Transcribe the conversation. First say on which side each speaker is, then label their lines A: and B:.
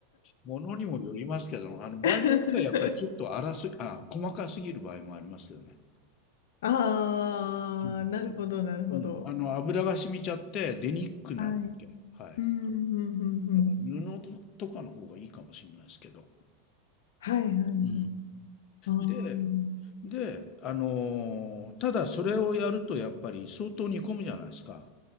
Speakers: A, on the left (about 40°); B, on the left (about 80°).
A: ものにもよりますけど、あの場合によってはやっぱりちょっと粗す、
B: <laughs>
A: あ、細かすぎる場合もありますけどね。
B: ああ、
A: う
B: なるほど、なるほど。
A: ん。うん。あの油が染みちゃって出にくくなるんで、
B: はい。
A: はい。
B: うん、うん、うん、うん。
A: だから布とかの方がいいかもしれないですけど。
B: はい、はい、はい。
A: う
B: あ
A: ん。で、で、あのーただそれをやるとやっぱり相当煮込むじゃないですか。